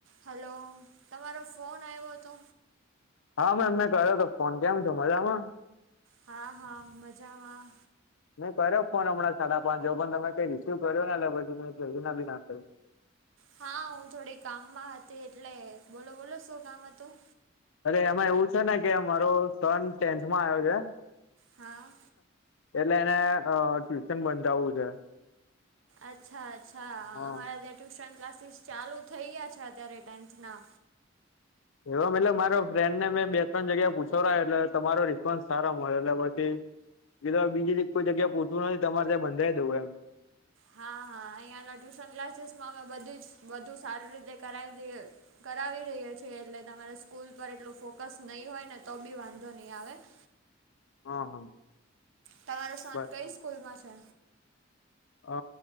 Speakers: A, on the right (about 75°); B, on the left (about 80°).
A: Hello તમારો phone આઈવો હતો
B: હા મેમ મેં કર્યો તો ફોન કેમ છો મજામાં
A: હા હા મજામાં
B: મેં કર્યો ફોન હમણાં સાડા પાંચો જેવો પણ તમે કઈ રિસીવ કર્યો ના એટલે પછી મે ફેરેના બી ના કર્યો-
A: હા હું થોડી કામમાં હતી એટલે બોલો બોલો શું કામ હતું
B: અરે એમાં એવું છે ને કે મારો સન ટેન્થમાં આવ્યો છે.
A: હા
B: એટલે એને અ ટ્યુશન બંધાવવું છે.
A: અચ્છા અચ્છા
B: હા
A: અમારા ત્યાં ટ્યુશન ક્લાસીસ ચાલુ થઈ ગયા છે અત્યારે ટેન્થના
B: એવું એમ એટલે મારો ફ્રેન્ડને મેં બે ત્રણ જગ્યા પૂછવરાયો એટલે તમારો રિસ્પોન્સ સારા મળ્યો એટલે પછી કીધું હવે બીજી કોઈ જગ્યાએ પૂછવું નથી તમારે ત્યાં બંધાઈ દવું એમ
A: હા હા અહંયાના ટ્યુશન ક્લાસીસ માં અમે બધુંજ બધુ સારી રીતે કરાવી દઈએ કરાવી રહ્યા છીએ એટલે તમારે સ્કૂલ પર એટલું ફોકસ નહી હોય ને તો બી વાંધો નહી આવે <inaudible>
B: હા હા
A: તમારો સન
B: બસ
A: કઈ સ્કૂલ માં છે.
B: અ